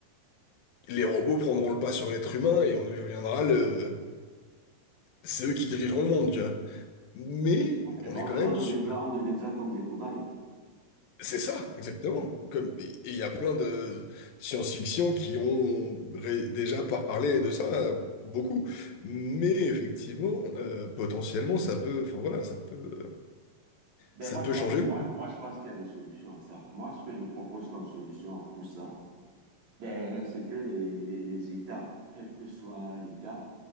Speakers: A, on the left (about 85°); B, on the right (about 55°).
A: les robots prendront le pas sur l'être humain et on deviendra le... C'est eux qui dirigeront le monde, tu vois. Mais
B: Eh
A: on
B: ben,
A: est
B: on,
A: quand
B: de-
A: même
B: on deviendra,
A: sur...
B: on deviendra comme des cobayes.
A: C'est ça, exactement. Comme, et il y a plein de science-fiction qui ont ré- déjà parlé de ça euh, beaucoup. Mais effectivement, euh, potentiellement, ça peut, enfin voilà, ça peut,
B: Ben
A: ça
B: moi,
A: peut
B: je pense,
A: changer.
B: moi,
A: le monde.
B: moi, je pense qu'il y a des solutions à ça. Moi, ce que je propose comme solution à tout ça, ben, c'est que les, les, les États, quel que soit l'État,